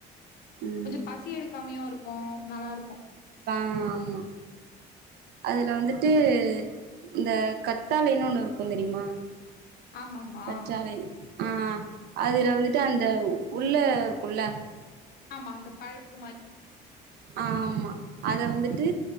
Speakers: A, on the right; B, on the left.
A: ம்
B: கொஞ்சோ பசி எடுக்காமாயு இருக்கும் நல்லா இருக்கும்
A: உம் ஆமா அதுல வந்துட்டு இந்த கத்தாலைன்னு ஒண்ணு இருக்கும் தெரியுமா
B: ஆமாமா.
A: பற்றாழை ஆஹ் அதுல வந்துட்டு அந்த உள்ளருக் குள்ள
B: ஆமா அந்த பழப்புமாரி
A: ஆம்மா அத வந்துட்டு